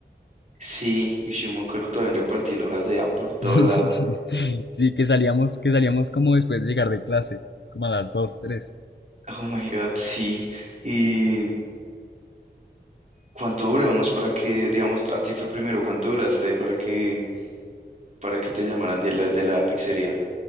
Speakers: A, on the right; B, on the left.
A: sí, y yo me acuerdo también repartiendo hojas de A por todo
B: <laughs>
A: lado.
B: Sí, que salíamos, que salíamos como después de llegar de clase, como a las 2, 3.
A: Oh my God, sí. ¿Y cuánto duramos para que, digamos, a ti fue primero, cuánto duraste para que, para que te llamaran de la, de la pizzería?